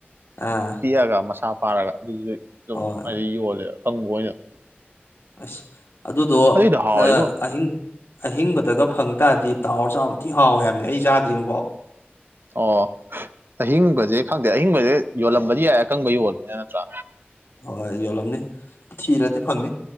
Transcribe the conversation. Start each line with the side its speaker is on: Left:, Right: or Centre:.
Left: ꯑꯥ
Right: ꯄꯤꯛꯑꯒ ꯃꯁꯥ ꯄꯥꯔꯒ ꯑꯗꯨꯁꯨ ꯑꯗꯨꯝ
Left: ꯍꯣꯏ
Right: ꯍꯥꯏꯗꯤ ꯌꯣꯜꯂꯦ ꯑꯀꯪꯕ ꯑꯣꯏꯅ
Left: ꯑꯁ ꯑꯗꯨꯗꯣ
Right: ꯑꯗꯨꯏꯗꯣ ꯍꯥꯎꯋꯦꯕꯣ
Left: ꯅꯥ ꯑꯍꯤꯡ ꯑꯍꯤꯡꯕꯗꯒ ꯐꯪ ꯇꯥꯔꯗꯤ ꯇꯥꯎꯔ ꯆꯥꯕ ꯊꯤ ꯍꯥꯎꯋꯦ ꯍꯥꯏꯕꯅꯦ ꯑꯩ ꯆꯥꯗ꯭ꯔꯤ ꯑꯝꯐꯥꯎ
Right: ꯑꯣ ꯑꯍꯤꯡꯕꯖꯦ ꯈꯪꯗꯦ ꯑꯍꯤꯡꯕꯖꯦ ꯌꯣꯜꯂꯝꯕꯗꯤ ꯌꯥꯏ ꯑꯀꯪꯕ ꯌꯣꯜꯕꯅꯤꯅ ꯅꯠꯇ꯭ꯔꯥ
Left: ꯍꯣꯏ ꯌꯣꯜꯂꯝꯅꯤ ꯊꯤꯔꯗꯤ ꯐꯪꯅꯤ